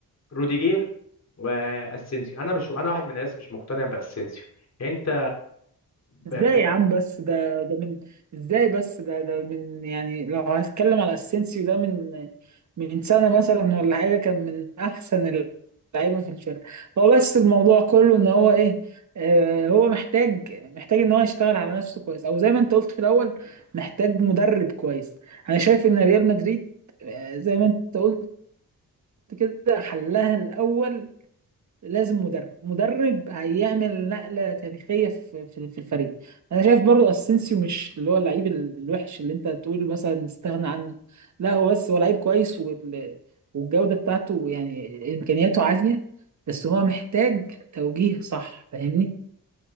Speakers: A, on the left; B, on the right.
A: روديجير واسينسيو انا مش انا واحد من الناس مش مقتنع باسينسيو انت
B: ازاي
A: ب... ب...
B: يا عم بس ده ده من ازاي بس ده ده من يعني لو هتكلم على اسينسيو ده من من سنة مثلا ولا حاجة كان من أحسن اللعيبة في الفرقة هو بس الموضوع كله إن هو إيه آه هو محتاج محتاج إن هو يشتغل على نفسه كويس أو زي ما أنت قلت في الأول محتاج مدرب كويس أنا شايف إن ريال مدريد آه زي ما أنت قلت كده حلها الأول لازم مدرب مدرب هيعمل نقلة تاريخية في في في الفريق انا شايف برضو اسينسيو مش اللي هو اللعيب ال- الوحش اللي انت تقول مثلا استغنى عنه لا هو بس هو لعيب كويس وال... والجودة بتاعته يعني امكانياته عالية بس هو محتاج توجيه صح فاهمني